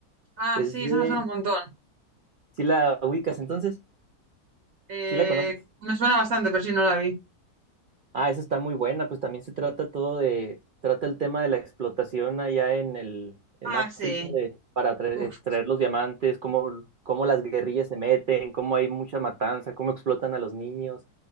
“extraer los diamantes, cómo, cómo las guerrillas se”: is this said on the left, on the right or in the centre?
Right